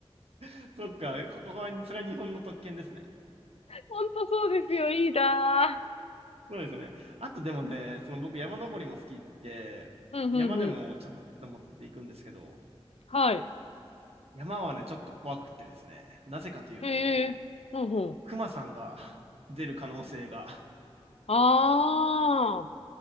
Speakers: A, on the right (about 70°); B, on the left (about 75°).
A: <laughs> そっか、ここは、それは日本の特権ですね。
B: ほんとそうですよ。いいな
A: そうですよね。あとでもね、その僕山登りも好きで、
B: ー。うんうんうん。
A: 山でもちゃんとテント持ってて行くんですけど、
B: はい。
A: 山はね、ちょっと怖くってですね、なぜかというと、
B: へえ、ほうほう。
A: 熊さんが出る可能性が、
B: ああ。